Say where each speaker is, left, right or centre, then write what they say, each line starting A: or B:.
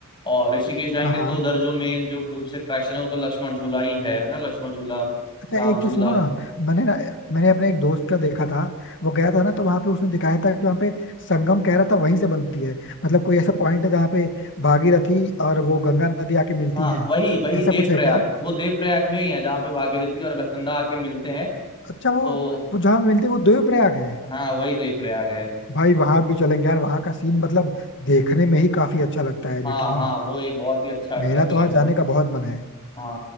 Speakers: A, on the left; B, on the left.
A: और ऋषिकेश जाएंगे
B: हाँ हाँ
A: तो उधर जो मेन जो दूर से अट्रैक्शन है वो तो लक्ष्मण झूला ही है ना लक्ष्मण झूला
B: अच्छा
A: राम
B: एक
A: झूला
B: चीज सुनो ना मैंने ना मैंने अपने एक दोस्त का देखा था वो गया था ना तो वहाँ पे उसने दिखाया था कि वहाँ पे संगम कह रहा था वहीं से बनती है मतलब कोई ऐसा पॉइंट है जहाँ पे भागीरथी और वो गंगा नदी आके मिलती
A: हाँ
B: है
A: वही वही
B: ऐसा
A: देवप्रयाग
B: कुछ है क्या
A: वो देवप्रयाग में ही है जहाँ पे भागीरथी और अलकनंदा आके मिलते हैं
B: अच्छा वो
A: तो
B: वो जहाँ पे मिलते हैं वो देवप्रयाग है
A: हाँ वही देवप्रयाग है
B: भाई वहां भी चलेंगे यार वहां का सीन मतलब देखने में ही काफी अच्छा लगता है लिटरली
A: हाँ हाँ वो एक बहुत ही अच्छा अट्रैक्शन
B: मेरा तो वहां जाने
A: है
B: का बहुत मन है
A: हाँ